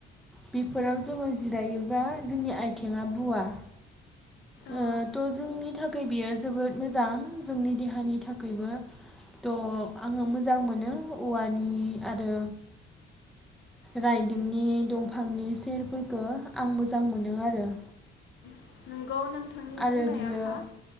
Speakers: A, in the centre; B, on the left.
A: बिफोराव जोङो जिरायोबा जोंनि आइथेङा बुवा।
B: औ
A: ओ थ' जोंनि थाखाय बियो जोबोद मोजां जोंनि देहानि थाखायबो थ' आङो मोजां मोनो औवानि आरो रायदोंनि दंफांनि सेरफोरखो आं मोजां मोनो आरो।
B: <inaudible>
A: आरो
B: बुंनायाहा
A: बियो
B: औ